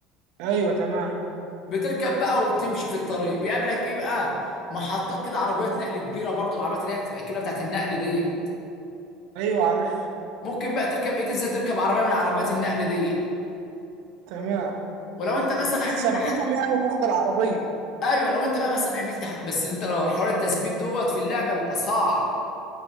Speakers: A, on the right; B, on the left.
A: ايوه تمام
B: بتركب بقى وتمشي في الطريق بيقابلك ايه بقى محطات كده عربيات نقل كبيره برضو العربيات اللي هي بتبقى الكبيره بتاعت النقل دي
A: ايوه عارف
B: ممكن بقى تركب ايه تنزل تركب عربيه من عربيات النقل دي
A: تمام
B: ولو انت مثلا
A: بتثبتهم
B: عملت حد
A: يعني وتاخد العربيه
B: ايوه لو انت بقى مثلا عملت ح... بس انت لو حوار التثبيت دوت في اللعبه بيبقى صعب